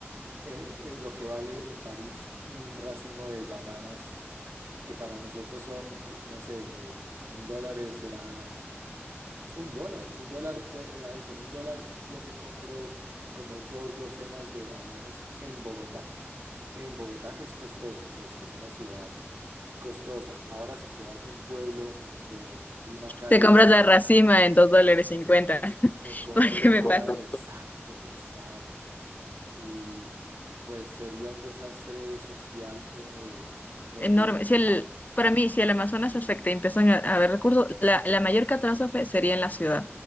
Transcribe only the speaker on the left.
Te compras
la racima en dos
dólares
cincuenta,
<laughs>
porque
me pasa.
enorme. Si el, para mí, si el Amazonas se afecta y empiezan a a haber recursos, la, la mayor catástrofe sería en la ciudad,